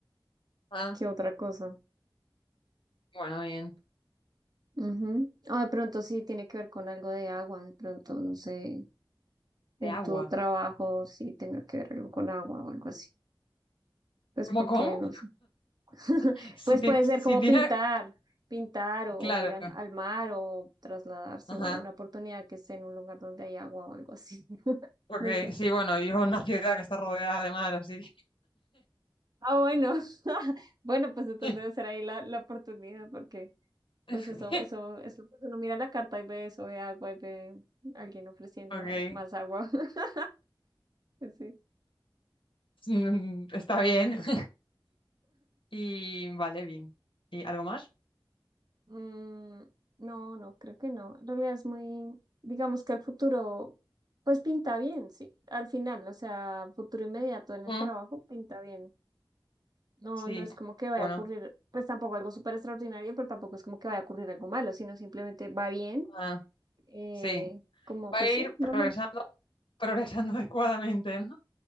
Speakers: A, on the left; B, on the right.
A: ah.
B: que otra cosa.
A: Bueno, bien.
B: Ujú. O de pronto sí tiene que ver con algo de agua, de pronto, no sé, en
A: De agua.
B: tu trabajo sí tenga que ver algo con agua o algo así. Pues
A: ¿Cómo,
B: porque,
A: cómo?
B: no sé. <laughs>
A: <laughs> Si,
B: Pues
A: tiene-
B: puede
A: si
B: ser como
A: tiene,
B: pintar, pintar o
A: claro.
B: ir al al mar o trasladarse
A: Ajá.
B: o una oportunidad que esté en un lugar donde hay agua o algo así. <laughs>
A: Ok,
B: No sé.
A: sí, bueno, vivo en una ciudad que está rodeada de mar, así
B: Ah, bueno. <laughs> Bueno, pues entonces
A: que...
B: debe ser ahí la, la oportunidad porque... Pues
A: <laughs>
B: eso, eso, eso, pues uno mira la carta y ve eso ve agua y ve alguien ofreciendo
A: Ok,
B: eh, más agua. <laughs> Sí.
A: mm, está bien. <laughs> Y vale, bien. ¿Y algo más?
B: Mm, no, no, creo que no. En realidad es muy, digamos que el futuro, pues pinta bien, sí. Al final, o sea, futuro inmediato en el
A: Mm,
B: trabajo pinta bien. No,
A: sí,
B: no es como que vaya
A: bueno,
B: a ocurrir, pues tampoco algo súper extraordinario, pero tampoco es como que vaya a ocurrir algo malo, sino simplemente va bien,
A: ah,
B: eh,
A: sí.
B: como
A: Va
B: pues
A: a ir
B: sí, normal.
A: progresando, progresando <laughs> adecuadamente, ¿no?